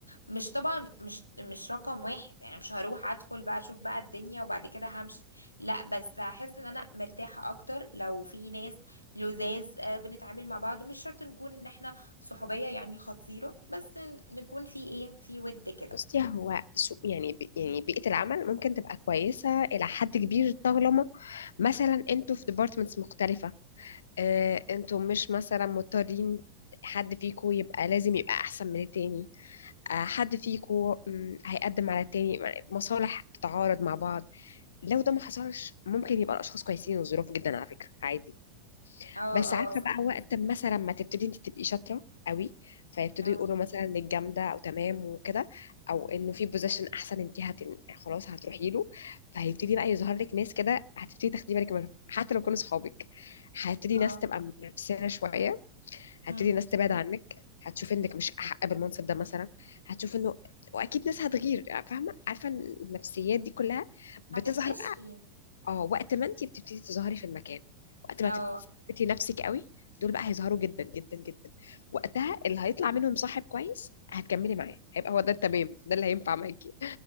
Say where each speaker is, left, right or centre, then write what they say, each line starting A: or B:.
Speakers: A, on the left (about 85°); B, on the left (about 65°).
A: مش طبعا مش مش رقم واحد يعني مش هروح ادخل بقى اشوف بقى الدنيا وبعد كده همشي لا بس هحس ان انا مرتاحه اكتر لو في ناس لزاز آه، بنتعامل مع بعض مش شرط نكون ان احنا صحوبيه يعني خطيره بس ن- نكون في ايه في ود كده
B: بصي هو سوق يعني بي- يعني بيئه العمل ممكن تبقى كويسه الى حد كبير طالما مثلا انتوا في ديبارتمنتس مختلفه آه، انتوا مش مثلا مضطرين حد فيكو يبقى لازم يبقى احسن من التاني آه، حد فيكو مم، هيقدم على التاني مصالح بتتعارض مع بعض لو ده ما حصلش ممكن يبقى الاشخاص كويسين وظروف جدا على فكرة عادي
A: اه
B: بس
A: اه
B: عارفه بقى وقت ما مثلا ما تبتدي انت تبقي شاطره قوي فيبتدوا
A: اه
B: يقولوا مثلا انك جامده او تمام وكده او انه في بوزيشن احسن انت هتن... خلاص هتروحي له فهيبتدي بقى يظهر لك ناس كده هتبتدي تاخدي بالك منهم حتى لو كانوا صحابك هتبتدي
A: اه
B: ناس تبقى منافسانه شويه هتبتدي
A: مم.
B: ناس تبعد عنك هتشوف انك مش احق بالمنصب ده مثلا هتشوف انه واكيد ناس هتغير فاهمه عارفه إن النفسيات دي كلها بتظهر
A: هتكتشفي
B: اه وقت ما انت بتبتدي تظهري في المكان وقت
A: اه
B: ما تثبتي نفسك قوي دول بقى هيظهروا جدا جدا جدا وقتها اللي هيطلع منهم صاحب كويس هتكملي معاه هيبقى هو ده التمام ده اللي هينفع معاكي